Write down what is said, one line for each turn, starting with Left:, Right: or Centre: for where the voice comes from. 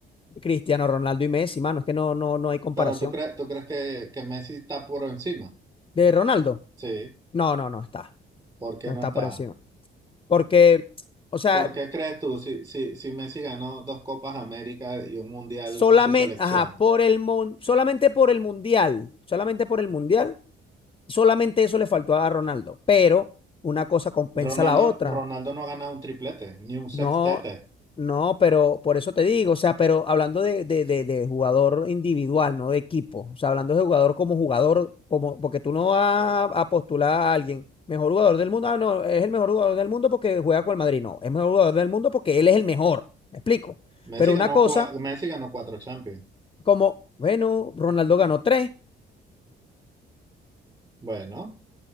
Left: Cristiano Ronaldo y Messi, mano, es que no, no, no hay comparación.
Right: Pero tú crees, tú crees que, que Messi está por encima.
Left: De Ronaldo,
Right: Sí.
Left: no, no, no está,
Right: ¿Por qué
Left: no
Right: no
Left: está
Right: está?
Left: por encima. Porque, o sea,
Right: ¿Por qué crees tú si, si, si Messi ganó dos Copas América y un Mundial
Left: solamente,
Right: con su selección?
Left: ajá, por el mun- solamente por el mundial, solamente por el mundial, solamente eso le faltó a Ronaldo. Pero una cosa compensa
Right: Ronaldo,
Left: la otra.
Right: Ronaldo no ha ganado un triplete ni un sextete.
Left: No, no, pero por eso te digo, o sea, pero hablando de, de, de, de jugador individual, no de equipo, o sea, hablando de jugador como jugador, como, porque tú no vas a postular a alguien, mejor jugador del mundo, ah, no, es el mejor jugador del mundo porque juega con el Madrid, no, es mejor jugador del mundo porque él es el mejor, me explico.
Right: Messi
Left: Pero
Right: ganó,
Left: una cosa,
Right: cua- Messi ganó cuatro Champions.
Left: como, bueno, Ronaldo ganó tres,
Right: Bueno,